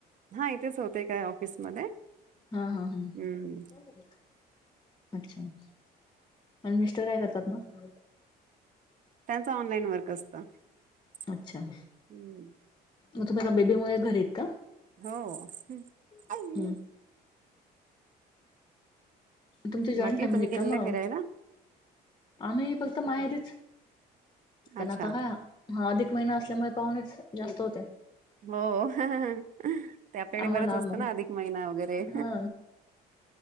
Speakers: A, on the right (about 50°); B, on the left (about 25°).
A: हा इथेच होते काय ऑफिसमध्ये
B: हा हा हा
A: हम्म
B: <inaudible> अच्छा <inaudible> आणि मिस्टर काय करतात मग
A: त्यांचा ऑनलाईन वर्क असत <inaudible>
B: अच्छा.
A: हम्म.
B: मग तुम्ही बेबीमुळे घरी आहेत का?
A: हो.
B: <inaudible> <inaudible>
A: हम्म
B: तुमची जॉईंट
A: बाकी
B: फॅमिली
A: तुम्ही गेलेला
B: का म?
A: फिरायला
B: आम्ही फक्त माहेरीच कनात
A: अच्छा
B: ह, हा अदिक महिना असल्यामुळे पाहुणेच जास्त होते.
A: हो हो त्याकडे
B: आम्हाला
A: बरंच असतं
B: मग
A: ना अधिक महिना वगैरे
B: हा